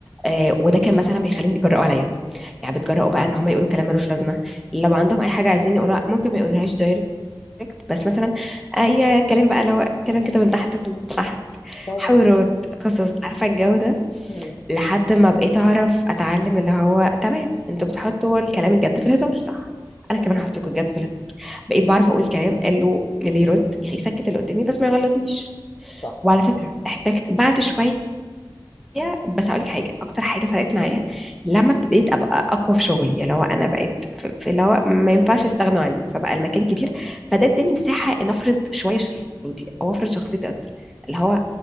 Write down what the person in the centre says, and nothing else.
آه وده كان مثلا بيخليهم يتجرأوا عليا يعني بيتجرأوا بقى ان هم يقولوا كلام ملوش لازمه لو عندهم اي حاجه عايزين يقولوها ممكن ما يقولوهاش دايركت بس مثلا اي كلام بقى لو كلام كده من تحت لتحت
حوارات قصص عارفه الجو ده
لحد ما بقيت اعرف اتعلم اللي هو تمام انتوا بتحطوا الكلام الجد في الهزار صح انا
كمان هحط لكم الجد في الهزار بقيت بعرف اقول كلام قال له اللي يرد يسكت اللي قدامي بس ما يغلطنيش
وعلى فكره احتجت بعد شويه معايا بس هقول لك حاجه اكتر حاجه فرقت معايا لما ابتديت ابقى اقوى في شغلي اللي هو انا بقيت في في اللي هو ما ينفعش يستغنوا عني فبقى المكان كبير
فده اداني مساحه ان افرض شويه شروطي او افرض شخصيتي اكتر اللي هو